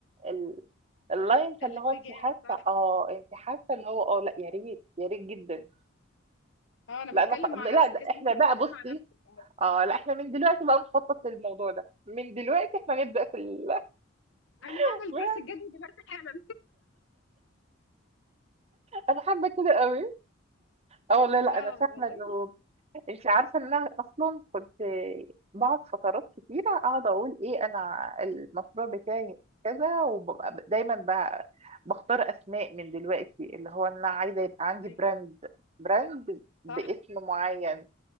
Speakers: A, on the right; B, on the left.
A: ال... اللاين فاللي
B: الاتجاه
A: هو انت حاسة
B: صح
A: اه انت حاسة اللي هو اه لا يا ريت يا ريت جدا
B: اه انا
A: لا
B: بتكلم
A: انا خ...
B: مع
A: لا
B: نفسي
A: ده
B: تحس
A: احنا
B: ان انت بتتكلمي
A: بقى بصي
B: مع نفسك اه
A: اه لا احنا من دلوقتي بقى نخطط للموضوع ده من دلوقتي احنا نبدأ في ال...
B: انا هعمل
A: <laughs>
B: دراسة جدوى دلوقتي حالا
A: انا حابة كده قوي اه والله لا
B: اه
A: انا فاهمة
B: والله
A: انه انت عارفه ان انا اصلا كنت بقعد فترات كتيره اقعد اقول ايه انا المشروع بتاعي كذا وببقى دايما بقى بختار اسماء من دلوقتي اللي هو انا عايزه يبقى عندي
B: ايوه
A: براند براند باسم
B: صح
A: معين